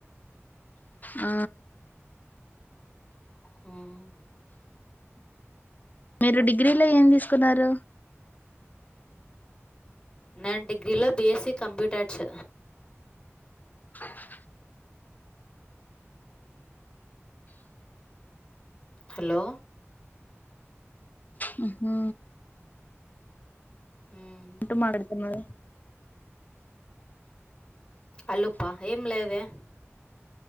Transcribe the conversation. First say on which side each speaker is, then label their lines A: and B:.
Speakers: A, on the left; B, on the left.
A: ఆ
B: మ్
A: మీరు డిగ్రీలో ఏం తీసుకున్నారు?
B: నేను డిగ్రీలో బిఎసీ కంప్యూటర్స్
A: స <inaudible>
B: హలో
A: మ్ హూ
B: మ్
A: ఎందుకు మాట్లాడుతున్నాడు.
B: అల్లుప్ప ఏం లేదే.